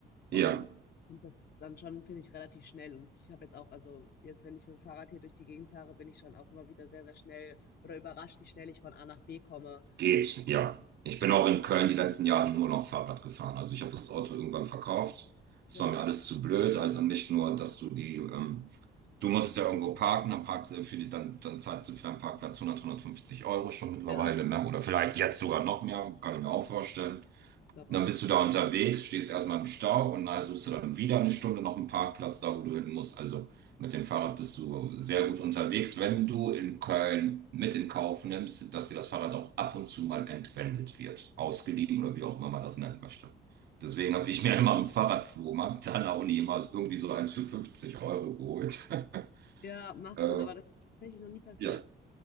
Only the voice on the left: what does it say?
Ähm,
und das ist dann schon, finde ich, relativ schnell. Und ich habe jetzt auch, also jetzt, wenn ich mit dem Fahrrad hier durch die Gegend fahre, bin ich schon auch immer wieder sehr, sehr schnell oder überrascht, wie schnell ich von A nach B komme.
Ja,
ja,
glaube
auch.
Ja, macht
Sinn, aber das ist tatsächlich noch nie passiert.